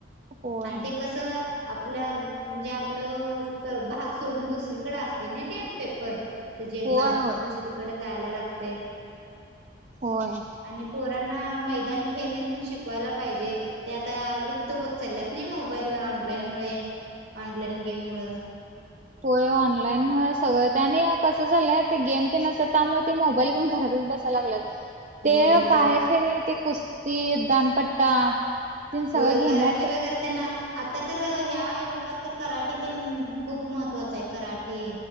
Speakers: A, on the right; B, on the right.
A: होय
B: आणि ते कसं आपलं म्हणजे आपलं भाग सोडून दुसरीकडे असत ते नाही ते पेपर त्याची एक्झाम
A: होय होय
B: दुसरीकडे जायला लागते.
A: होय.
B: आणि पोरांना मैदानी खेळ पण शिकवायला पाहिजे ते आता लुप्त हो चाल्यात नाही मोबाईल ऑनलाईन मुळे ऑनलाईन गेम मूळ.
A: होय ऑनलाईन मुळ सगळं त्यांनी आणि कस झालंय ते गेम ते नसत त्यामुळे ते मोबाईल घेऊन घरातच बसायला लागलात
B: होय
A: ते
B: होय
A: बाहेर त्या ते कुस्ती, दानपट्टा ते सगळं
B: होय
A: घेण्यास
B: कराटे वगैरे त्यांना तर तर ह्या युगात तर कराट ते खूप महत्त्वाचं आहे, कराटे